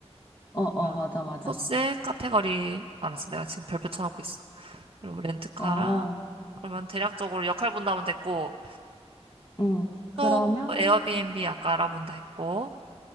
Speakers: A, on the left; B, on the right.
A: 어, 어,
B: 음.
A: 맞아, 맞아.
B: 코스에 카페 거리, 알았어. 내가 지금 별표 쳐놓고 있어. 그리고 렌트카랑,
A: 어,
B: 그러면 대략적으로 역할 분담은 됐고,
A: 응. 그러면,
B: 또 에어비앤비 아까 알아본다 했고.